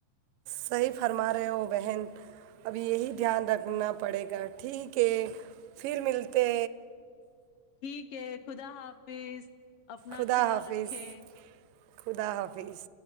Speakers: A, on the right; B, on the left.
A: صحیح فرما رہے ہو بہن ابھی یہی دھیان رکھنا پڑے گا ٹھیک ہے پھر ملتے
B: ٹھیک ہے خدا حافظ اپنا
A: خدا
B: خیال
A: حافظ
B: رکھے
A: خدا حافظ